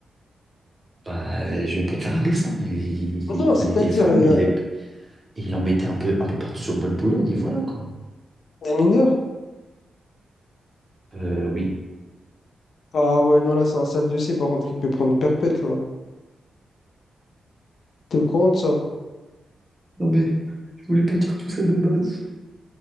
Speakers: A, on the right; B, on the left.
A: Bah, je vais pas te faire un dessin. Et il, il
B: Non,
A: prenait
B: c'est-à-dire,
A: des femmes,
B: euh,
A: il les, et il en mettait un peu, un peu partout sur le bol de Boulogne, et voilà, quoi.
B: des mineurs.
A: Euh, oui.
B: Ah ouais, non, là, c'est un sale dossier. Par contre, il peut prendre perpète, là. T'es au courant de ça?
A: Non, mais je voulais pas dire tout ça de base.